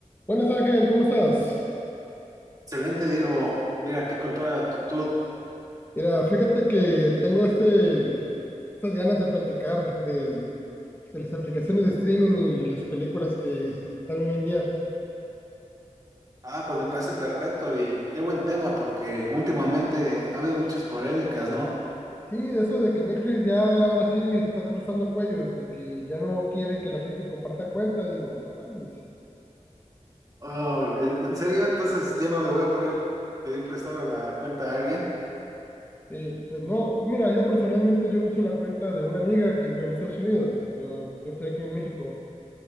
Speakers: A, on the left (about 15°); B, on the right (about 30°).
A: Buenas Ángel, ¿cómo estás?
B: Excelente, Diego. Mira, aquí con toda la actitud.
A: Mira, fíjate que tengo este, estas ganas de platicar del- de las aplicaciones de streaming y las películas que están hoy en día.
B: Ah, pues me parece perfecto y qué buen tema porque últimamente ha habido muchas polémicas, ¿no?
A: Sí, de eso de que Netflix ya ahora sí está trozando cuellos, de que ya no quieren que la gente comparta cuenta, digo, no mames.
B: Oh, eh, ¿en serio? Entonces ya no le voy a poder pedir prestado la cuenta a alguien.
A: Eh, pues no, mira, yo personalmente yo uso la cuenta de una amiga que vive en Estados Unidos, yo, yo estoy aquí en México.